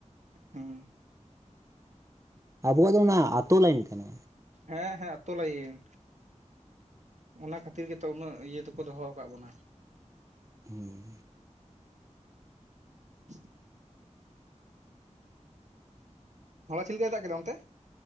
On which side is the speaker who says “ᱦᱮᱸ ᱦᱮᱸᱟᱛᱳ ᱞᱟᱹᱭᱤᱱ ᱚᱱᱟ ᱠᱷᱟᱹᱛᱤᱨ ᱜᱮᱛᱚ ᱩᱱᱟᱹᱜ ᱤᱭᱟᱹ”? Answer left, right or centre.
Right